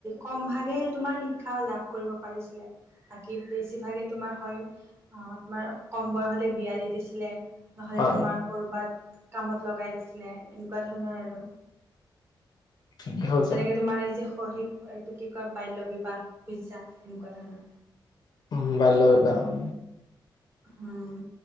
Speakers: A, on the right (about 30°); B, on the left (about 55°).
A: কম ভাগে তোমাৰ শিক্ষা লাভ কৰিব পাৰিছিলে বাকী বেছিভাগে তোমাৰ হয় অ তোমাৰ কম বয়সতে বিয়া দি দিছিলে নহ'লে
B: হয়
A: তোমাৰ ঘত কামত লগাই দিছিলে এনেকোৱা ধৰণৰ আৰু
B: ঠিকেই কৈছা
A: তেনেকে তোমাৰ নি যে পঢ়ি এইটো কি কয় বাল্য বিবাহ পিজ্জা এনেকোৱা ধৰণৰ
B: উ বাল্য বিবাহ উম
A: উম